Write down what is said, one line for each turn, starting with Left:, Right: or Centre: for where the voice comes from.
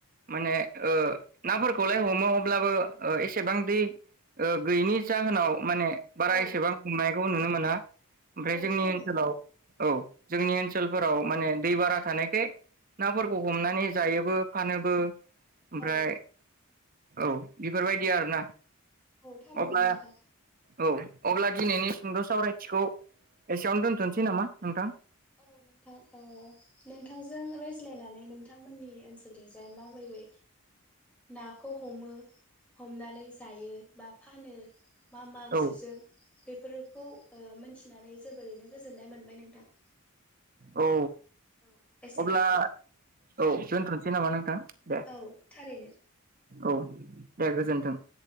Right: माने ओ नाफोरखौलाय हमो अब्लाबो ओ एसेबां दै ओ गैयिनि जाहोनाव माने बारा
Centre: औ
Right: एसेबां हमनायखौ नुनो मोना ओमफाय
Centre: औ
Right: जोंनि
Centre: थारैनो
Right: ओनसोलाव औ जोंनि ओनसोलफोराव माने दै बारा थानायखाय नाफोरखौ हमनानै जायोबो फानोबो ओमफ्राय
Centre: औ
Right: औ बिफोरबायदि आरोना
Centre: ओ थारैनो
Right: अब्ला
Centre: नोंथां।
Right: औ। अब्ला दिनैनि सुंद' सावरायथिखौ एसेयावनो दोनथ'नोसै नामा नोंथां?
Centre: औ नोंथां ओ नोंथांजों रायज्लायनानै नोंथांमोननि ओनसोलनिजाय माबोरै नाखौ हमो, हमनानै जायो बा फानो मा -मा आगजुजों
Right: औ
Centre: बेफोरखौ ओ मोनथि <unintelligible> जोबोरैनो गोजोननाय मोनबाय नोंथां।
Right: औ।
Centre: औ एसेनोसै
Right: अब्ला औ दोनथ'नो सै नामा नोंथां। दे
Centre: औ थारैनो
Right: औ। दे गोजोनथों।